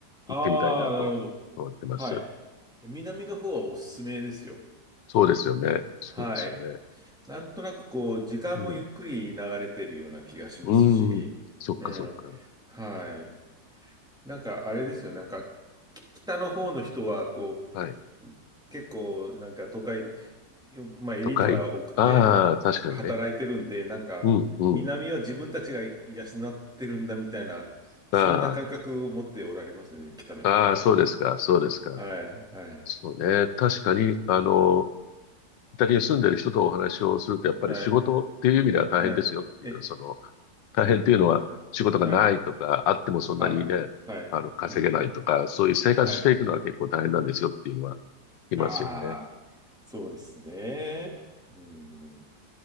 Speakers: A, in the centre; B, on the left.
A: ああ、
B: 行ってみたいなと思ってます。
A: なるほど。はい。南の方はおすすめですよ。
B: そうですよね。そうですよね。
A: はい。なんとなくこう、時間もゆっくり流れてるような気がしますし、
B: うん。うん。そっかそっか。
A: うん。はい。なんかあれですよ、なんかき北の方の人はこ
B: はい。
A: う結構なんか都会、よまあ、エリートが多くて
B: 都会ああー、確かにね。
A: 働いてるんで、なんか南は自分たちが養
B: うん、うん。
A: ってるんだみたいな、そんな感覚を持っておられますね、
B: あ
A: 北の人は。
B: あ、ああ、そうですか、そうですか。
A: はい、はい、
B: そうね。確かに、あの、イタリアに住んでる人とお話をすると、やっぱり仕事っていう意味では大変ですよっていう、
A: はい、はい。え、
B: その、大変っていうのは仕事がないとか、
A: うん、うん。はい、
B: あってもそんなにね、
A: はい、はい、
B: あの、稼げないとか、
A: うん、
B: そういう生活していくのは結構大変なんですよっていうのは
A: はい。
B: 聞きますよね。
A: ああ、そうですね。うん。